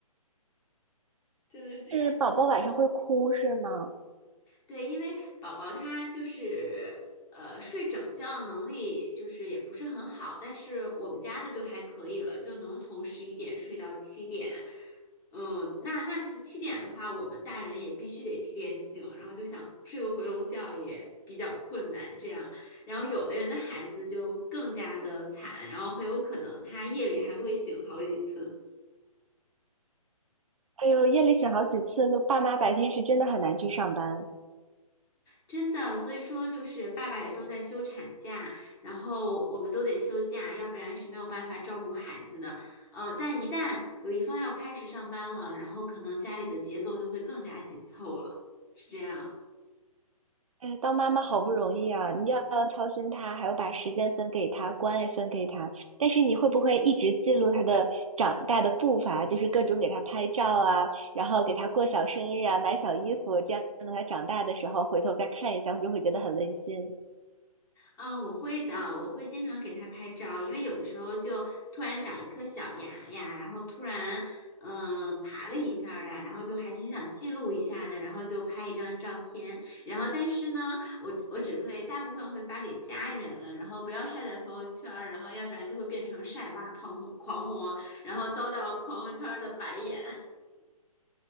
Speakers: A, on the left; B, on the right.
A: 真的是这样。
B: 是宝宝晚上会哭是吗？
A: 对，因为宝宝他就是呃睡整觉的能力就是也不是很好，但是我们家的就还可以了，就能从十一点睡到七点。嗯，那那是七点的话，我们大人也必须得七点醒，然后就想睡个回笼觉也比较困难。这样，然后有的人的孩子就更加的惨，然后很有可能他夜里还会醒好几次。
B: 哎呦，夜里醒好几次，那爸妈白天是真的很难去上班。
A: 真的，所以说就是爸爸也都在休产假，然后我们都得休假，要不然是没有办法照顾孩子的。呃，但一旦有一方要开始上班了，然后可能家里的节奏就会更加紧凑了，是这样。
B: 哎，当妈妈好不容易啊，你要操心他，还要把时间分给他，关爱分给他。但是你会不会一直记录他的长大的步伐，就是各种给他拍照啊，然后给他过小生日啊，买小衣服，这样等他长大的时候回头再看一下，你就会觉得很温馨。
A: 嗯，我会的，我会经常给它拍照，因为有的时候就突然长一颗小牙呀，然后突然嗯、呃爬了一下呀，然后就还挺想记录一下的，然后就拍一张照片，然后但是呢，我我只会大部分会发给家人，然后不要晒在朋友圈儿，然后要不然就会变成晒娃狂魔狂魔，然后遭到朋友圈儿的白眼。